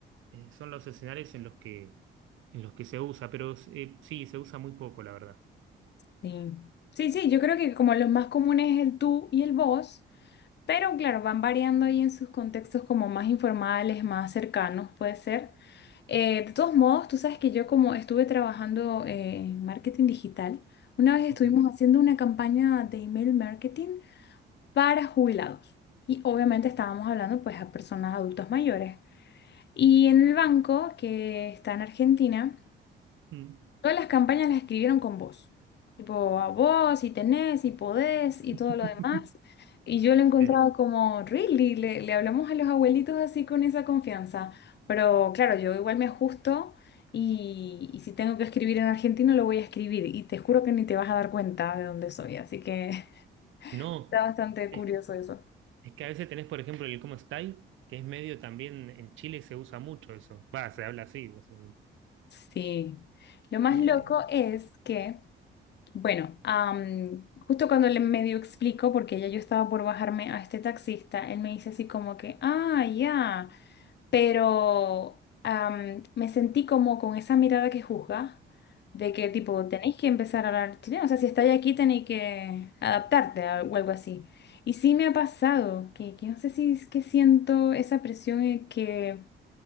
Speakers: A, on the right (about 80°); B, on the left (about 60°).
A: eh, son los escenarios en los que, en los que se usa, pero eh, sí, se usa muy poco, la verdad.
B: sí. Sí, sí, yo creo que como los más comunes es el tú y el vos, pero claro, van variando ahí en sus contextos como más informales, más cercanos, puede ser. Eh, de todos modos, tú sabes que yo como estuve trabajando eh, en marketing digital, una vez estuvimos
A: Ok.
B: haciendo una campaña de email marketing para jubilados. Y obviamente estábamos hablando pues a personas adultas mayores. Y en el banco que está en Argentina,
A: Mm.
B: todas las campañas las escribieron con vos. Tipo, a vos, si tenés, si podés y
A: <laughs>
B: todo lo demás. Y yo lo he encontrado
A: Sí.
B: como, really, le, le hablamos a los abuelitos así con esa confianza. Pero claro, yo igual me ajusto y, y si tengo que escribir en argentino lo voy a escribir. Y te juro que ni te vas a dar cuenta de dónde soy. Así que <laughs>
A: No,
B: está bastante
A: es,
B: curioso eso.
A: es que a veces tenés, por ejemplo, el cómo estáis, que es medio también en Chile se usa mucho eso. Va, se habla así, básicamente.
B: Sí, lo más
A: Eh,
B: loco es que, bueno, am, justo cuando le medio explico, porque ya yo estaba por bajarme a este taxista, él me dice así como que, ah, ya, pero am, me sentí como con esa mirada que juzga, de que tipo, tenéis que empezar a hablar chileno, o sea, si estáis aquí tenéis que adaptarte a- o algo así. Y sí me ha pasado, que, que no sé si es que siento esa presión eh, que...